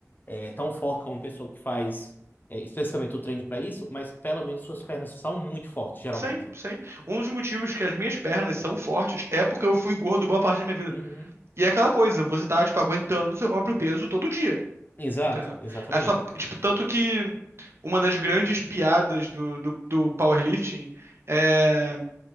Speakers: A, on the left; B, on the right.
A: é tão forte como uma pessoa que faz é, especificamente o treino para isso, mas pelo menos suas pernas são muito fortes, geralmente.
B: Sim, sim. Um dos motivos que as minhas pernas são fortes é porque eu fui gordo boa parte da minha vida.
A: Uhum.
B: E é aquela coisa, você tá, tipo, aguentando seu próprio peso todo dia,
A: Exato,
B: entendeu?
A: exatamente.
B: É só, tipo, tanto que uma das grandes piadas do, do, do powerlifting é...